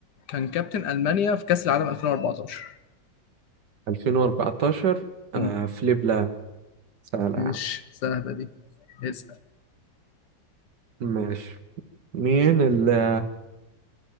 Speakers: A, on the left; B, on the right.
A: كان كابتن ألمانيا في كأس العالم 2014
B: 2014
A: مم.
B: آه فليب لام سهل يا
A: ماشي
B: عم
A: سهله دي اسال
B: ماشي مين اللي